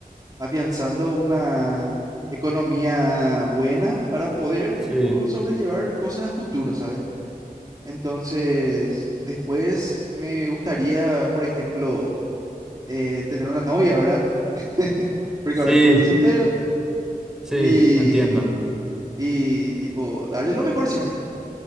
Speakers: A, on the right (about 25°); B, in the centre.
A: afianzando una economía buena para poder,
B: sí,
A: tipo, sobrellevar cosas a futuro, ¿sabes? Entonces, después me gustaría, por ejemplo, eh, tener una novia, ¿verdad? <laughs> Porque
B: sí,
A: ahora mismo Sí. estoy soltero.
B: sí,
A: y,
B: entiendo.
A: y tipo, darle lo mejor siempre.